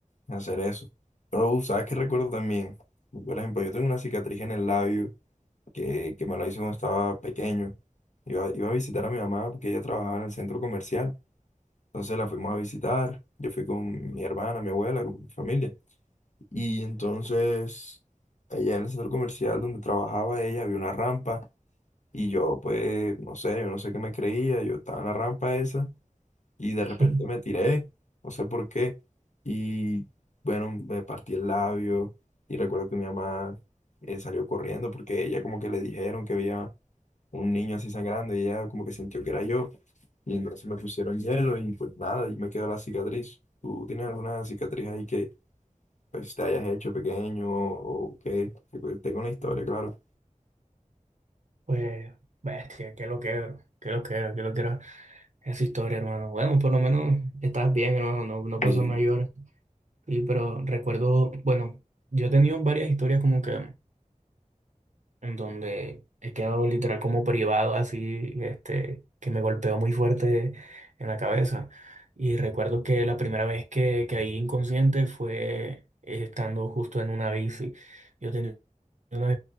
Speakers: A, on the left; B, on the right.
A: hacer eso. Pero, uf, ¿sabes qué recuerdo también? Por ejemplo, yo tengo una cicatriz en el labio que, que me la hizo cuando estaba pequeño. Iba, iba a visitar a mi mamá porque ella trabajaba en el centro comercial. Entonces la fuimos a visitar. Yo fui con mi hermana, mi abuela, con mi familia. Y entonces, allá en el centro comercial donde trabajaba ella había una rampa. Y yo, pues, no sé, yo no sé qué me creía. Yo estaba en la rampa esa y
B: <laughs>
A: de repente me tiré, no sé por qué. Y bueno, me partí el labio. Y recuerdo que mi mamá eh, salió corriendo porque ella como que le dijeron que había un niño así sangrando y ella como que sintió que era yo y entonces me pusieron hielo y pues nada, y me quedó la cicatriz. ¿Tú tienes alguna cicatriz ahí que pues te hayas hecho pequeño o qué? Que, pues, tengo una historia, claro.
B: Pues, bestia, que lo quiero, que lo quiero, que lo quiero. Esa historia, hermano. Bueno, por lo menos estás bien, hermano, no, no pasó
A: Y
B: mayor. Y, pero recuerdo, bueno, yo he tenido varias historias como que en donde he quedado literal como privado, así, este, que me golpeó muy fuerte en la cabeza. Y recuerdo que la primera vez que caí inconsciente fue eh, estando justo en una bici. Yo tenía una